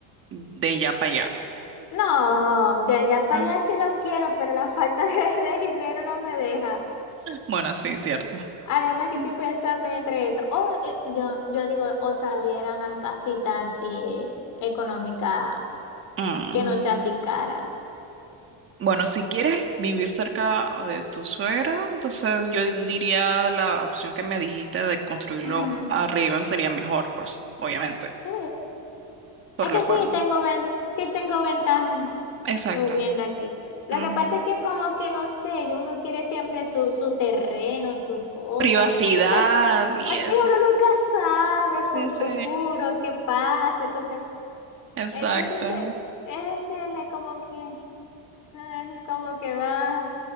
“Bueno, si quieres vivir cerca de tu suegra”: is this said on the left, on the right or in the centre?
Right